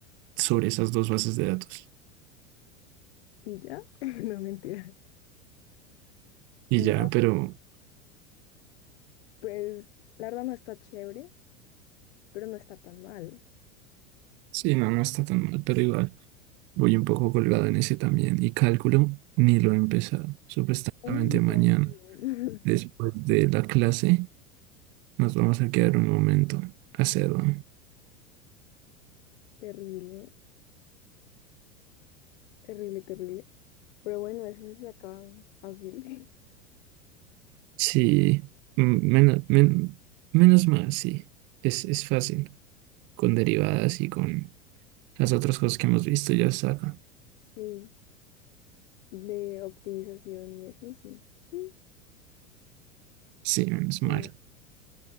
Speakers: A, on the right; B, on the left.
A: sobre esas dos bases de datos.
B: Y ya, <laughs> no mentiras.
A: Y
B: No,
A: ya, pero
B: pues la verdad no está chévere, pero no está tan mal.
A: sí, no, no está tan mal, pero igual voy un poco colgado en ese también. Y cálculo ni lo he empezado. Supuestamente
B: Uy,
A: mañana,
B: no. no.
A: después de la clase, nos vamos a quedar un momento a hacerlo.
B: <laughs> Terrible, terrible, terrible. Pero bueno, eso sí se saca fácil. <laughs>
A: Sí, menos, menos mal, sí. Es, es fácil, con derivadas y con Las otras cosas que hemos visto ya saben.
B: Sí, de optimización y eso sí. Mm,
A: Sí, menos
B: Bueno,
A: mal.